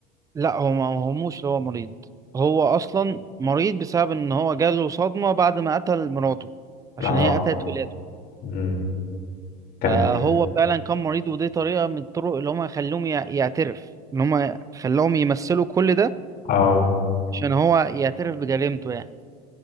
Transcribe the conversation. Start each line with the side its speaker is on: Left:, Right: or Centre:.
Right: لا هو ما هموش اللي هو مريض هو اصلا مريض بسبب ان هو جاله صدمه بعد ما قتل مراته عشان
Left: اه
Right: هي قتلت ولاده
Left: مم. كانت
Right: فهو فعلا كان مريض ودي طريقه من الطرق اللي هم خلوهم يع- يعترف ان هم خلوهم يمثلوا كل ده
Left: اه
Right: عشان هو يعترف بجريمته يعني